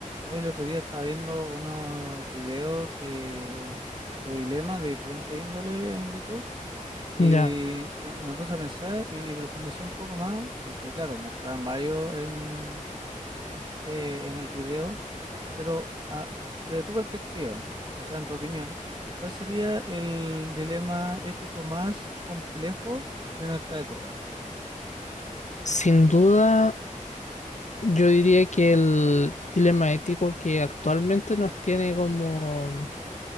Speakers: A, on the right; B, on the left.
A: Hoy el otro día estaba viendo unos videos de, de dilemas de diferentes índoles en YouTube y
B: Ya,
A: me, me puse a pensar y profundicé un poco más, porque claro, mostraban varios en, eh, en el video, pero ah, desde tu perspectiva, o sea, en tu opinión, ¿cuál sería el dilema ético más complejo de nuestra época?
B: sin duda, yo diría que el dilema ético que actualmente nos tiene como